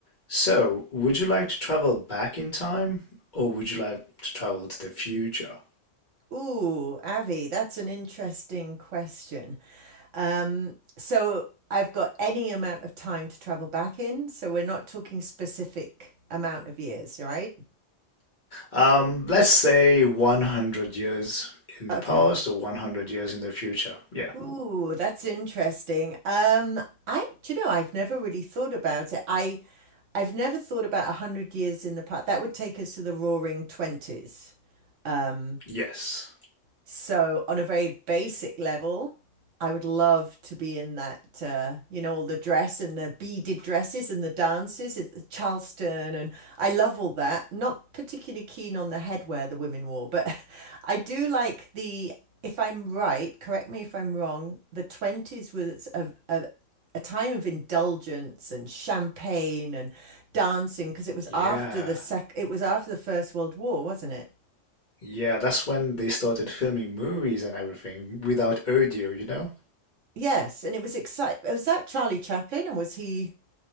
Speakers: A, on the left (about 40°); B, on the right (about 75°).
A: So, would you like to travel back in time or would you like to travel to the future?
B: Ooh, Avi, that's an interesting question. Um, so I've got any amount of time to travel back in, so we're not talking specific amount of years, right?
A: Um, let's say 100 years in
B: Okay.
A: the past or 100 years in the future. Yeah.
B: Ooh, that's interesting. Um, I, do you know, I've never really thought about it. I, I've never thought about a hundred years in the past. That would take us to the Roaring Twenties. Um,
A: Yes.
B: So, on a very basic level, I would love to be in that, uh, you know, all the dress and the beaded dresses and the dances, it's the Charleston, and I love all that. Not particularly keen on the headwear the women wore, but <laughs> I do like the, if I'm right, correct me if I'm wrong, the 20s was a, a, a time of indulgence and champagne and dancing because it was
A: Yeah.
B: after the sec, it was after the First World War, wasn't it?
A: Yeah, that's when they started filming movies and everything without audio, you know?
B: Yes, and it was exciting. Was that Charlie Chaplin, or was he?